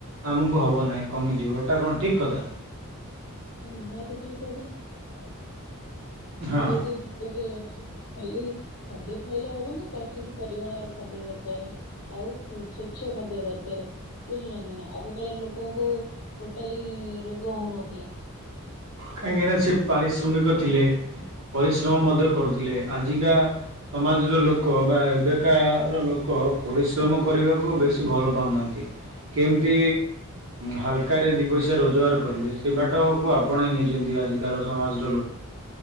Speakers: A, on the right; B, on the left.
A: ଆମକୁ ହେବ ନାହିଁ କମିଯିବ ଏଇଟା କଣ ଠିକ୍ କଥା?
B: ଏଟା ନିହାତି ଠିକ କଥା। ଆମେ
A: ହଁ।
B: ଯଦି ଟିକେ ଖାଲି ଖାଦ୍ୟ ଖାଇଲେ ହବନି ସଠିକ ପରିମାଣର ଖାଦ୍ୟ ଦରକାର। ଆଉ ସ୍ଵଚ୍ଛ ଖାଦ୍ୟ ଦରକାର। ବୁଝୁଛନ୍ତି ନା ଆଗକାଳ ଲୋକଙ୍କୁ ଟୋଟାଲି ରୋଗ ହଉନଥିଲା।
A: କାହିଁକିନା ସେ ପାରିଶ୍ରମିକ ଥିଲେ ପରିଶ୍ରମ ମଧ୍ୟ କରୁଥିଲେ। ଆଜିକା ସମାଜର ଲୋକ ବା ଏବେକାର ଲୋକ ପରିଶ୍ରମ କରିବାକୁ ବେଶୀ ଭଲ ପାଉନାହାନ୍ତି? କେମିତି ହାଲକାରେ ଦୁଇ ପଇସା ରୋଜଗାର କରିବେ? ସେ ବାଟକୁ ଆପଣେଇ ନେଇଛନ୍ତି ଆଜିକାର ସମାଜ।
B: ଦେଖ